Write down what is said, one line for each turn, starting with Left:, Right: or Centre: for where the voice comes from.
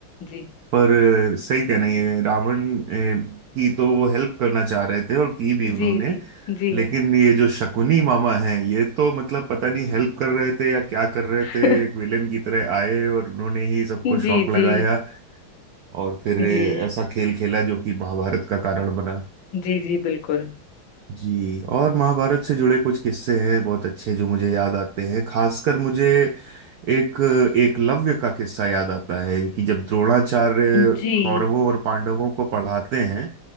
Left: जी
Right: पर अ, सही कह रही हैं रावण अ, की तो वो हेल्प करना चाह रहे थे और की भी
Left: जी
Right: उन्होंने
Left: जी जी
Right: लेकिन ये जो शकुनी मामा हैं ये तो मतलब पता नहीं हेल्प कर रहे थे या क्या कर रहे
Left: <laughs>
Right: थे एक विलेन की तरह आए और उन्होंने ही सबको
Left: जी
Right: शौक लगाया
Left: जी
Right: और फिर अ,
Left: जी
Right: ऐसा खेल खेला जो कि महाभारत का कारण बना
Left: जी जी बिल्कुल
Right: जी और महाभारत से जुड़े कुछ किस्से हैं बहुत अच्छे जो मुझे याद आते हैं खासकर मुझे एक एकलव्य का किस्सा याद आता है कि जब द्रोणाचार्य
Left: जी
Right: कौरवों और पांडवों को पढ़ाते हैं